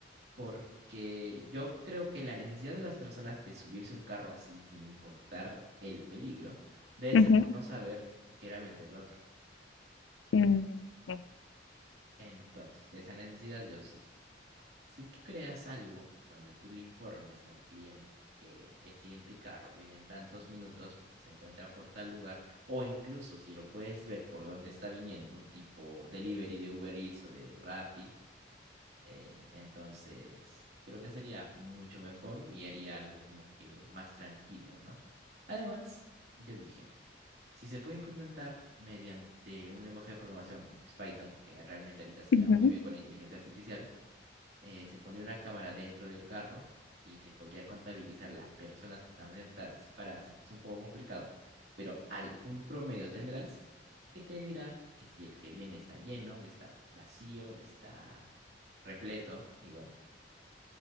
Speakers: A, on the right; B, on the left.
A: Porque yo creo que la necesidad de las personas de subirse a un carro así sin importar el peligro debe
B: Ujú,
A: ser por no saber qué era vender el otro.
B: ujú, ujú,
A: Entonces, de esa necesidad yo os dije. Si tú creas algo donde tú le informes al cliente que el siguiente carro viene en tantos minutos porque se encuentra por tal lugar, o incluso si lo puedes ver por dónde está viniendo, tipo delivery de Uber Eats o de Rappi, eh, entonces creo que sería mucho mejor y haría algo como que más tranquilo, ¿no? Además, yo dije, si se puede implementar mediante un lenguaje de programación como que es Python, que realmente ahorita se
B: ujú.
A: lleva muy bien con la inteligencia artificial, eh, se pondría una cámara dentro del carro y se podría contabilizar las personas que están sentadas y paradas, aunque es un poco complicado, pero algún promedio tendrás que te dirá que si el que viene está lleno, que está vacío, está repleto, y bueno,